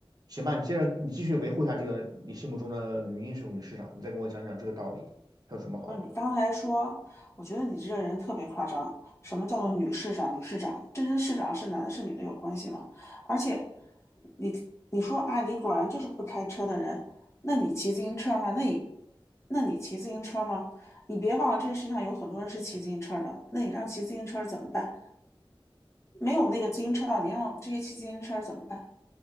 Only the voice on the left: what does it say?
不是你刚才说，我觉得你这个人特别夸张。什么叫做女市长？女市长，这跟市长是男的是女的有关系吗？而且你你说啊，你果然就是不开车的人，那你骑自行车吗？那你那你骑自行车吗？你别忘了这个世界上有很多人是骑自行车的，那你让骑自行车怎么办？没有那个自行车道，你让这些骑自行车怎么办？